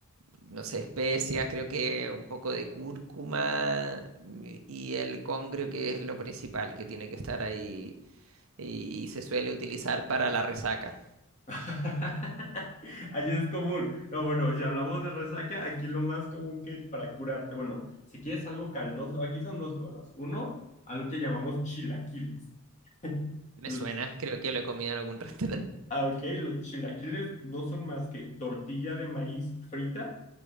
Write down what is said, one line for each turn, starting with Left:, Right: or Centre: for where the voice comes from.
Right: no sé, especias, creo que un poco de cúrcuma y y el congrio que es lo principal que tiene que estar ahí y se suele utilizar para la resaca.
Left: <laughs> Allí es común. No, bueno, si hablamos de resaca, aquí lo más común que para curarte, bueno, si quieres algo caldoso, aquí son dos cosas. Uno, algo que llamamos chilaquiles. <laughs>
Right: Me
Left: Los,
Right: suena, creo que lo he comido en algún <laughs> restaurante.
Left: ah, ok, los chilaquiles no son más que tortilla de maíz frita